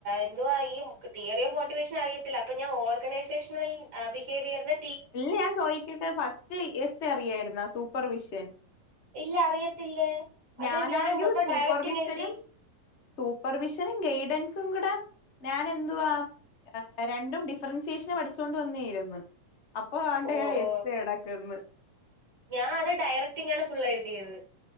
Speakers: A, on the right (about 45°); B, on the left (about 60°).
A: എന്തുവാ ഈ തിയറി ഓഫ് മോട്ടിവേഷൻ അറിയത്തില്ല. അപ്പൊ ഞാൻ ഓർഗനൈസേഷണൽ ബിഹേവിയർന്
B: ഇല്ല ഞാൻ ചോദിക്കിട്ട്. ഫസ്റ്റ് എസ് അറിയായിരുന്നാ സൂപ്പർ വിഷ്യൻ
A: ഇല്ല അറിയത്തില്ല. അത്
B: ഞാനാണെങ്കിൽ
A: ഞാൻ മൊത്തം
B: സൂപ്പർവിഷനും
A: ഡയറക്റ്റങ് എഴുതി
B: സൂപ്പർവിഷനും ഗൈഡൻസും കൂടെ ഞാൻ എന്തുവാ രണ്ടും ഡിഫറൻസിയേഷന് പഠിച്ചോണ്ട് വന്നേരുന്നു അപ്പൊ ആണ്ടയ
A: ഓ ഓ
B: എത്ത് എടക്കന്ന്
A: ഞാൻ അത് ഡയറക്റ്റിങ്ങാണ് ഫുൾ എഴുതിയത്